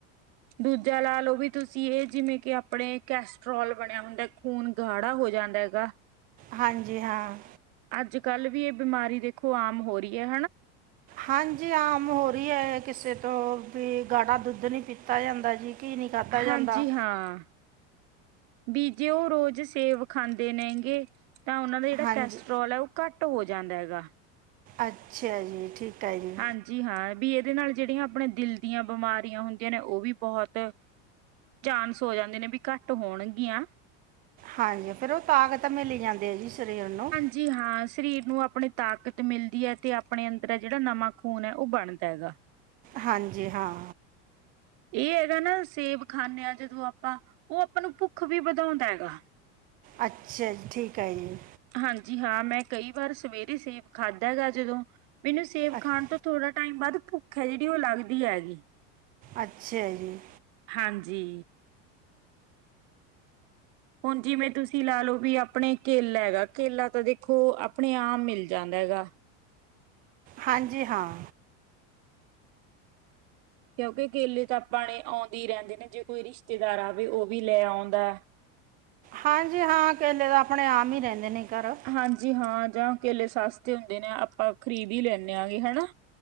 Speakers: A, on the right; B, on the right.
A: ਦੂਜਾ ਲਾ ਲਓ ਵੀ ਤੁਸੀਂ ਇਹ ਜਿਵੇਂ ਕਿ ਆਪਣੇ ਕੈਸਟਰੋਲ ਬਣਿਆ ਹੁੰਦਾ ਖੂਨ ਗਾੜਾ ਹੋ ਜਾਂਦਾ ਹੈਗਾ।
B: ਹਾਂਜੀ ਹਾਂ
A: ਅੱਜ ਕੱਲ੍ਹ ਵੀ ਇਹ ਬਿਮਾਰੀ ਦੇਖੋ ਆਮ ਹੋ ਰਹੀ ਹੈ।
B: ਹਾਂਜੀ ਆਮ ਹੋ ਰਹੀ ਹੈ ਕਿਸੇ ਤੋਂ ਵੀ ਗਾੜਾ ਦੁੱਧ ਨਹੀਂ ਪੀਤਾ ਜਾਂਦਾ ਜੀ। ਘੀ ਨਹੀਂ ਖਾਧਾ
A: ਹਾਂਜੀ
B: ਜਾਂਦਾ
A: ਹਾਂ ਬੀਜੇ ਉਹ ਰੋਜ਼ ਸੇਬ ਖਾਂਦੇ ਨੇਗੇ ਤਾਂ ਉਹਨਾਂ ਦਾ ਜਿਹੜਾ
B: ਹਾਂਜੀ
A: ਕੈਸਟਰ੍ਰੋਲ ਐ, ਉਹ ਘੱਟ ਹੋ ਜਾਂਦਾ ਹੈਗਾ।
B: ਅੱਛਾ ਜੀ, ਠੀਕ। ਹੈ ਜੀ
A: ਹਾਂਜੀ ਹਾਂ, ਵੀ ਇਹਦੇ ਨਾਲ ਜਿਹੜੀਆਂ ਆਪਣੇ ਦਿਲ ਦੀਆਂ ਬਿਮਾਰੀਆਂ ਹੁੰਦੀਆਂ ਨੇ ਉਹ ਵੀ ਬਹੁਤ ਚਾਂਨਸ ਹੋ ਜਾਂਦੇ ਨੇ ਬੀ ਘੱਟ ਹੋਣਗੀਆਂ।
B: ਹਾਂਜੀ, ਫੇਰ ਉਹ ਤਾਕਤ ਮਿਲੀ ਜਾਂਦੀ ਐ ਜੀ ਸਰੀਰ ਨੂੰ।
A: ਜੀ ਹਾਂ, ਸਰੀਰ ਨੂੰ ਆਪਣੀ ਤਾਕਤ ਮਿਲਦੀ ਐ ਤੇ ਆਪਣੇ ਅੰਦਰ ਆ ਜਿਹੜਾ ਨਵਾਂ ਖੂਨ ਏ, ਉਹ ਬਣਦਾ ਹੈਗਾ। <inaudible>
B: ਹਾਂਜੀ, ਹਾਂ।
A: ਇਹ ਹੈਗਾ ਨਾ, ਸੇਬ ਖਾਂਨੇ ਆਂ ਜਦੋਂ ਆਪਾਂ ਉਹ ਆਪਾਂ ਨੂੰ ਭੁੱਖ ਵੀ ਵਧਾਉਂਦਾ ਹੈਗਾ।
B: ਅੱਛਾ ਜੀ, ਠੀਕ ਐ ਜੀ।
A: ਹਾਂਜੀ ਹਾਂ, ਮੈਂ ਕਈ ਵਾਰ ਸਵੇਰੇ ਸੇਬ ਖਾਧਾ ਗਾ ਜਦੋਂ ਮੈਨੂੰ ਸੇਬ
B: ਅ-
A: ਖਾਣ ਤੋਂ ਥੋੜ੍ਹਾ ਟਾਈਮ ਬਾਅਦ ਭੁੱਖ ਐ ਜਿਹੜੀ, ਉਹ ਲੱਗਦੀ ਐਗੀ।
B: ਅੱਛਾ ਜੀ।
A: ਹਾਂਜੀ। ਹੁਣ ਜਿਵੇਂ ਤੁਸੀਂ ਲਾ ਲਓ ਵੀ ਆਪਣੇ ਕੇਲਾ ਹੈਗਾ, ਕੇਲਾ ਤਾਂ ਦੇਖੋ ਆਪਣੇ ਆਮ ਮਿਲ ਜਾਂਦਾ ਹੈਗਾ।
B: ਹਾਂਜੀ ਹਾਂ।
A: ਕਿਉਂਕਿ, ਕੇਲੇ ਤਾਂ ਆਪਾਂਣੇ ਆਉਂਦੇ ਈ ਰਹਿੰਦੇ ਨੇ, ਜੇ ਕੋਈ ਰਿਸ਼ਤੇਦਾਰ ਆਵੇ ਉਹ ਵੀ ਲੈ ਆਉਂਦਾ।
B: ਹਾਂਜੀ ਹਾਂ, ਕੇਲੇ ਆਪਣੇ ਆਮ ਈ ਰਹਿੰਦੇ ਨੇ ਘਰ।
A: ਹਾਂਜੀ ਹਾਂ, ਜਾਂ ਕੇਲੇ ਸਸਤੇ ਹੁੰਦੇ ਨੇ ਆਪਾਂ ਖਰੀਦ ਈ ਲੈਂਨੇ ਆਂਗੇ ਹਨਾ।